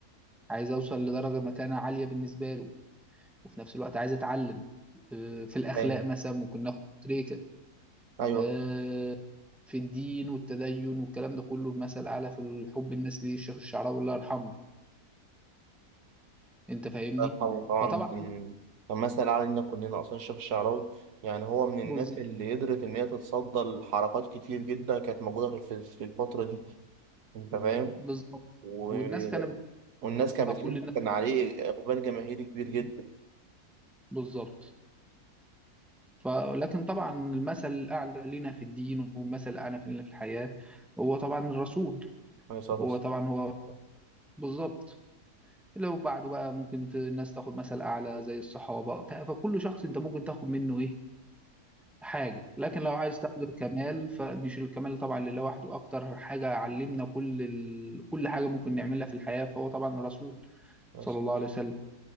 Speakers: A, in the centre; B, on the right.
A: عايز اوصل لدرجه مكانه عاليه بالنسبه له وفي نفس الوقت عايز اتعلم آه، في الاخلاق
B: أيوه
A: مثلا ممكن ناخد تريكه
B: أيوه
A: آه، في الدين والتدين والكلام ده كله في مثل اعلى في الحب الناس ليه الشيخ الشعراوي الله يرحمه انت فاهمني
B: الله يرحمه طبعا
A: فطبعا
B: كان كان مثل علينا كلنا أصلا الشيخ الشعراوي يعني هو من الناس
A: بالظ-
B: اللي قدرت إن هي تتصدى لحركات كتير جدا كانت موجودة في الف- في الفترة دي أنت فاهم؟
A: بالظبط
B: و...
A: والناس كانت
B: والناس كانت
A: بتطلع
B: بتحب
A: كل الناس
B: كان عليه إقبال جماهيري كبير جدا
A: بالظبط فلكن طبعا المثل الاعلى لنا في الدين والمثل الاعلى في في الحياه هو طبعا الرسول
B: عليه الصلاة
A: هو طبعا هو بالظبط لو بعده بقى ممكن ت- الناس تاخد مثل اعلى زي الصحابه ف- فكل شخص انت ممكن تاخد منه ايه حاجة لكن لو عايز تاخد الكمال فمش الكمال طبعا اللي لوحده أكتر حاجة علمنا كل ال... كل حاجة ممكن نعملها في الحياة فهو طبعا الرسول
B: والسلام
A: صلى الله عليه وسلم